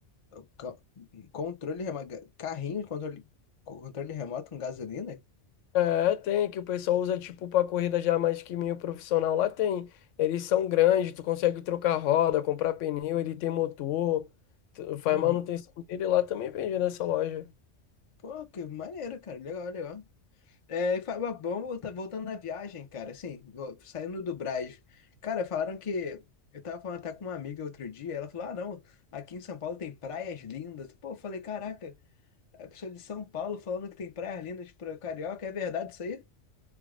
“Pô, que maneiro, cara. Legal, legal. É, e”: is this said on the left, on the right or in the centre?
Left